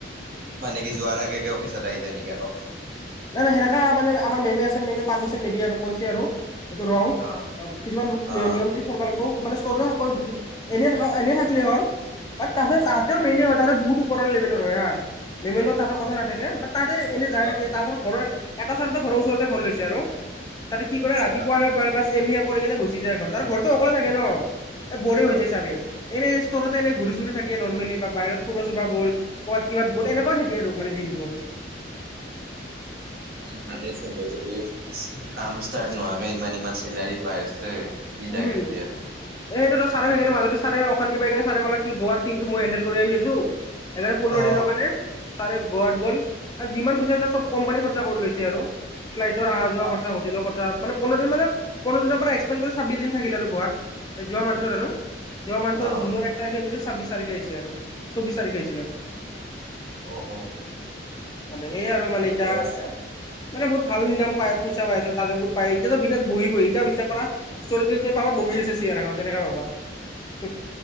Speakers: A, on the right (about 50°); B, on the left (about 20°).
A: মানে কি যোৱাৰ আগে আগে অফিচত আহি যায় নেকি আকৌ?
B: নাই নাই সেনেকা মানে আমাৰ মেমে আছে মেমে পাৰমিচন নিদিয়ে আৰু কৈছে আৰু। সেইটো ৰং
A: অ
B: কিছুমান
A: অ
B: নিয়ম নীতি। লাগ মানে চ থ এনে এনে থাকিলে হল বাত তাহতে
A: অ
B: ত। মেইনে হয় ততে বহুত ওপৰ লেভেলৰ হয় হা লেভেলত তৰ
A: অ
B: কথা নাথাকে বা তা এনে যাই
A: অ
B: থাকে। তাহাঁতৰ ঘৰৰ এটা চাৰৰ ঘৰৰ ওচৰতে ঘৰ লৈছে আৰু তাতে কি
A: আচ্ছা
B: কৰে ৰাতিপুৱা। মিহাৰ কৰি কেনে গুচি যায় ঘৰত আৰু ঘৰতটো অকলে থাকে ন এ বৰে
A: অ
B: হৈ যায় ছাৰে। এনেই স্তৰেতে এনেই ঘূৰি চুৰি থাকে নৰ্মেলি বা বাহিৰ ফুৰবা চুৰবা গ'ল। ক'বাত কিবাত গ'ল
A: অ
B: এনেকুৱা থাকে আৰু মানে দিনটো আৰু।
A: ভালে চোন যদি কাম ষ্টাৰ্ট নোহোৱাকে ইমান ইমান চেলাৰী পাই আছে। কি লাগে
B: উম।
A: তে
B: এ
A: আৰু
B: সেইটো ছাৰে সেইকাৰে মাজতে চাৰে অশান্তি পাই কিনে চাৰে কলে কি গোৱাৰ টিমটো মই হেণ্ডেল কৰি আহি আছো। এড্ৰে পন্ধৰ
A: অ
B: দিনৰ কাৰণে। ছাৰে গোৱাত গ'ল আৰু যিমান পইচা হৈছে চব কোম্পানী খৰচা কৰি লৈছে আৰু ফ্লাইটৰ অহা যোৱা
A: অ
B: খৰচা। মান পন্ধৰ দিন মানে পন্ধৰ দিনৰ পৰা একসপেণ্ কৰি ছাব্বিশ দিন থাকিলে আৰু গোৱাত। যোৱা মানথৰ আৰু যোৱা মানথৰ
A: অ
B: জুনৰ এক। তাৰিখে গৈচিল ছাব্বিশ তাৰিখেি আৰু চৌবিশ তাৰিখে আহিছিলে আৰু
A: অ অ।
B: মানে সেইয়া আৰু মানে
A: ঠিকে
B: এতিয়া।
A: আছে
B: মানে বহুত ভাল ইনকাম পইচা পাইছে তাতে বহত পায় এতিয়াটো বিনা বহি বহি এতিয়াও বিশ্বাস কৰা। স্তৰত গেলে তুমি পাবা বহি আছে ছেয়েৰ এখনত এনেকে পাবা।